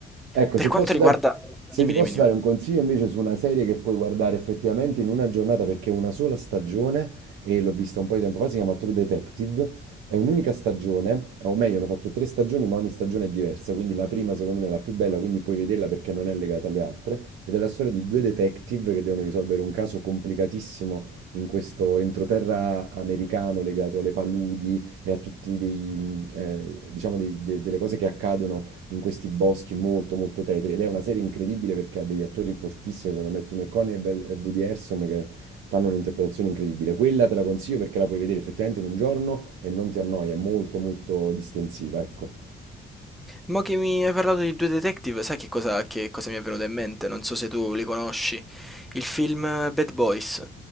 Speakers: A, on the right (about 80°); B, in the centre.
A: Ecco,
B: Per
A: se
B: quanto
A: posso
B: riguarda...
A: dar- se
B: Dimmi,
A: ti posso
B: dimmi, dimmi.
A: dare un consiglio invece su una serie che puoi guardare effettivamente in una giornata perché è una sola stagione e l'ho vista un po' di tempo fa, si chiama True Detective, è un'unica stagione, o meglio, hanno fatto tre stagioni ma ogni stagione è diversa, quindi la prima secondo me è la più bella, quindi puoi vederla perché non è legata alle altre, ed è la storia di due detective che devono risolvere un caso complicatissimo in questo entroterra americano legato alle paludi e a tutti dei, mm, eh, diciamo dei- de- delle cose che accadono in questi boschi molto molto tetri ed è una serie incredibile perché ha degli attori fortissimi, sono Matthew McConaughey e Be- e Woody Harrelson che fanno un'interpretazione incredibile. Quella te la consiglio perché la puoi vedere effettivamente in un giorno e non ti annoia, è molto molto distensiva, ecco.
B: Mo che mi hai parlato di due detective, sai che cosa, che cosa mi è venuto in mente? Non so se tu li conosci. Il film eh, Bad Boys.